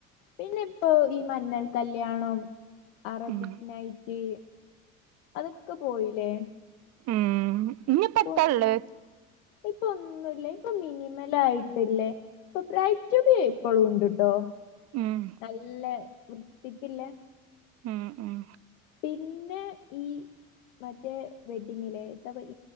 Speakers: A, on the left; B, on the right.
A: പിന്നെ ഇപ്പോ ഈ മഞ്ഞൾ കല്യാണം അറബിക്
B: ഉം
A: നൈറ്റ് അതൊക്കെ പോയില്ലേ
B: ഉം ഇഞ്ഞിപ്പ
A: ഇപ്പ
B: എത്താള്ള്
A: ഒന്നും ഇപ്പോ ഒന്നുല്ല ഇപ്പൊ മിനിമല ആയിട്ടില്ലേ ഇപ്പോ ബ്രൈഡ് ടു ബി ഇപ്പളും ഉണ്ട്ട്ടോ
B: ഉം
A: നല്ല വൃത്തിക്കില്ലേ
B: ഉം ഉം
A: പിന്നെ ഈ മറ്റേ വെഡ്ഡിങ്ങിലേഏതാപം